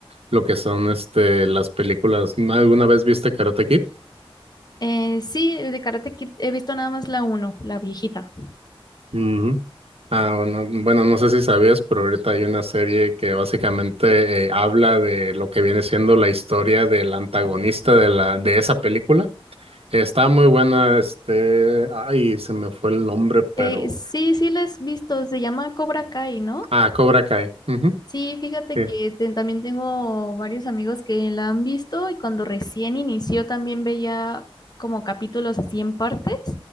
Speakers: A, on the right (about 80°); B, on the left (about 45°).
A: lo que son este las películas. ¿Alguna vez viste Karate Kid?
B: Eh, sí, de Karate Kid he visto nada más la uno, la viejita.
A: Ujú. Ah, bueno, bueno, no sé si sabías, pero ahorita hay una serie que básicamente eh, habla de lo que viene siendo la historia del antagonista de la de esa película. Está muy buena, este, ay, se me fue el nombre, pero
B: Eh, sí, sí la he visto, se llama Cobra Kai, ¿no?
A: ah, Cobra Kai. Ujú,
B: Sí, fíjate
A: sí,
B: que te- también tengo varios amigos que la han visto y cuando recién inició también veía como capítulos así en partes